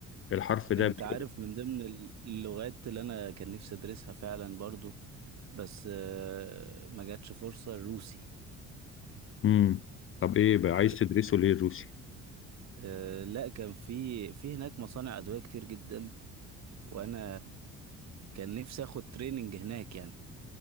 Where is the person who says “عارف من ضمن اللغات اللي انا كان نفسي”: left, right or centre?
Right